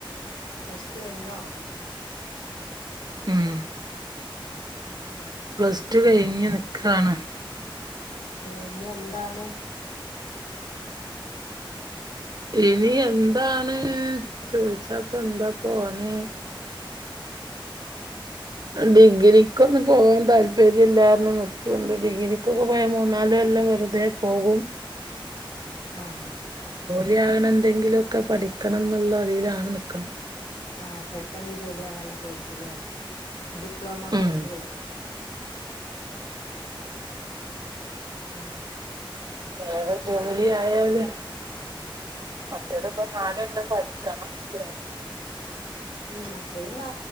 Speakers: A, on the left; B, on the right.
A: പ്ലസ് ടു കഴിഞ്ഞോ
B: ഉം
A: ഉം
B: പ്ലസ് ടു കഴിഞ്ഞ് നിക്ക്ആണ്
A: ഓ ഇനി എന്താണ്
B: ഇനി എന്താണ് ചോയിച്ചാപ്പൊ എന്താ പോനേ ഡിഗ്രിക്കൊന്നും പോവാൻ താല്പര്യം ഇല്ലാറഞ്ഞ് നിക്ക്ണ്ട് ഡിഗ്രിക്കൊക്കെ പോയാ മൂന്നാലു കൊല്ലം വെറുതേ പോകും
A: ആഹ്
B: ലിയാക്ണെന്തെങ്കിലു ഒക്കെ പഠിക്കണംന്ന്ള്ളതീലാണ് നിക്ക്ണ്
A: ആഹ് പെട്ടെന്ന് ജോലിയാവാൻള്ള കോഴ്സ് ല്ലേ ഡിപ്ലോമാ
B: ഉം
A: കോഴ്സുകള് ഉം
B: വേഗം ജോലി ആയാല് മറ്റേത്പ്പ നാലൊല്ലം പഠിക്കണം ഡി
A: ഉം മറ്റത് നാ